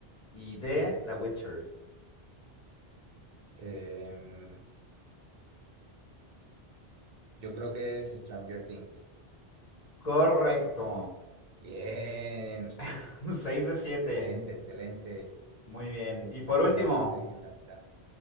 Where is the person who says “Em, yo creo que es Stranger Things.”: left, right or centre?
Right